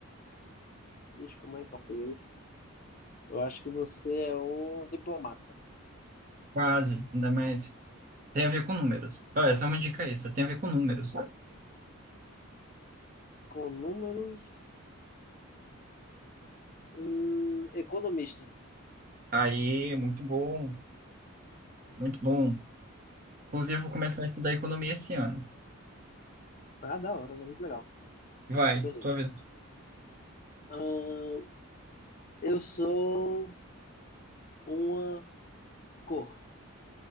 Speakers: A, on the left (about 40°); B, on the right (about 40°).
A: Ixi, como é em português? Eu acho que você é um diplomata.
B: Quase, ainda mais. Tem a ver com números. Ah, essa é uma dica extra, tem a ver com números.
A: Com números. hum, economista.
B: Aí, muito bom, muito bom. Inclusive, vou começar a estudar economia esse ano.
A: Ah, da hora, né? Muito legal.
B: Vai,
A: Beleza.
B: tua vez.
A: Ahn, Eu sou uma cor.